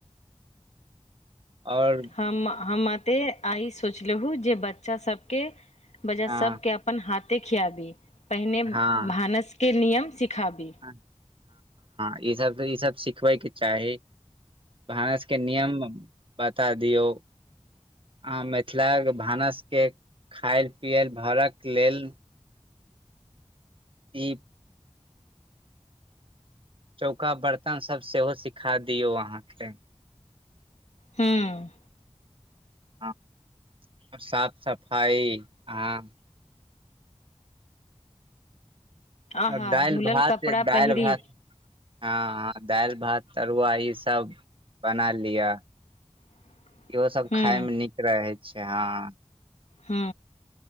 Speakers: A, on the right; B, on the left.
A: आओर
B: हम हम अते आ सोचलहु जे बच्चा सबके वजह
A: हँ
B: सबके अपन हाथे खियाबी पहिने
A: हँ
B: भानसके नियम सिखाबी
A: हँ ह ई सब तऽ ई सब सिखबैके चाही भानस के नियम बता दियऔ आ मिथिलाक भानसके खाय पियल भरके लेल ई चौका बर्तन सब सेहो सिखा दियौ अहाँके
B: हूं
A: हँ साफ सफाइ हँ
B: आहा
A: आ दालि
B: धुलल
A: भात
B: कपड़ा
A: दालि
B: पहिरी
A: भात हँ ह दालि भात तरुआ ई सब बना लिअ
B: <inaudible>
A: इहो सब
B: हूँ
A: खााय में नीक रहे छै हँ
B: ह